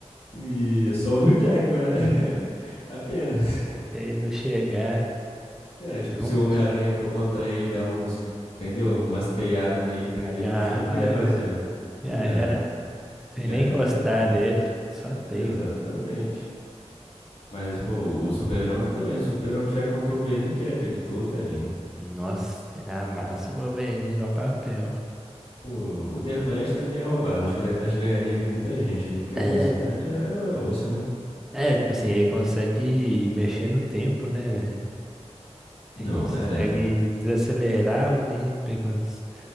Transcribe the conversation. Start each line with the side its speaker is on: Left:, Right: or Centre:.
Left: E é só o Hugh Jackman, né? <laughs> Apenas.
Centre: Se ele não chegar
Left: É, tipo,
Centre: junto,
Left: se o Homem-Aranha for contra ele, dar uns. Entendeu? Umas teiadas nele, prender
Centre: agarrar
Left: ele no chão, o que que ele ia
Centre: ele,
Left: fazer?
Centre: já
Left: É,
Centre: era. Sem
Left: já
Centre: nem
Left: era,
Centre: encostar
Left: filho.
Centre: nele, só teia.
Left: Exatamente. Mas, pô, o Super-Homem também. O Super-Homem já é contra o Wolverine, que é habilidoso, tadinho.
Centre: Nossa, ele amassa o Wolverine igual papel.
Left: Pô, o The Flash também é roubado. Acho que o The Flash ganharia de muita gente aí, porque
Centre: É,
Left: a velocidade é, é osso, né?
Centre: é, tipo assim, ele consegue mexer no tempo, né? velho?
Left: Não,
Centre: Ele consegue
Left: é, pô.
Centre: desacelerar o tempo. ele cons-